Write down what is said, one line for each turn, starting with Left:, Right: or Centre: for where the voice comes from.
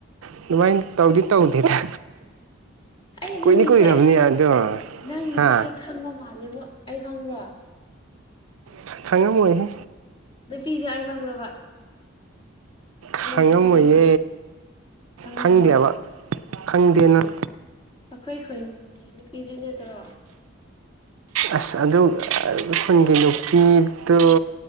Right: ꯑꯗꯨꯃꯥꯏꯟ ꯇꯧꯗꯤ ꯇꯧꯗꯦꯗ
Left: ꯑꯩ
Right: ꯀꯨꯏꯗꯤ
Left: ꯅꯪꯒꯤꯁꯦ
Right: ꯀꯨꯏꯔꯕꯅꯤ
Left: ꯑꯩ
Right: ꯑꯗꯣ
Left: ꯅꯪꯒꯤꯗꯣ
Right: ꯍꯥ
Left: ꯑꯩ ꯈꯪꯕ ꯃꯥꯜꯂꯤꯕꯣ ꯑꯩ ꯈꯪꯕ꯭ꯔꯣ
Right: ꯈꯪ ꯈꯪꯉꯝꯃꯣꯏꯍꯦ
Left: ꯅꯨꯄꯤꯗꯤ ꯑꯩ ꯈꯪꯕ꯭ꯔꯕ
Right: ꯈꯪꯉꯝꯃꯣꯏꯌꯦ
Left: ꯑꯩꯅ ꯈꯪꯕ ꯃꯤ ꯈꯪꯉꯝꯃꯣꯏ
Right: ꯈꯪꯗꯦ ꯍꯥꯏꯕ ꯈꯪꯗꯦ ꯅꯪ
Left: ꯑꯈꯣꯏ ꯈꯨꯟꯒꯤ ꯅꯨꯄꯤꯗꯨ ꯅꯠꯇꯔꯣ
Right: ꯑꯁ ꯑꯗꯨ ꯑ ꯈꯨꯟꯒꯤ ꯅꯨꯄꯤꯗꯨ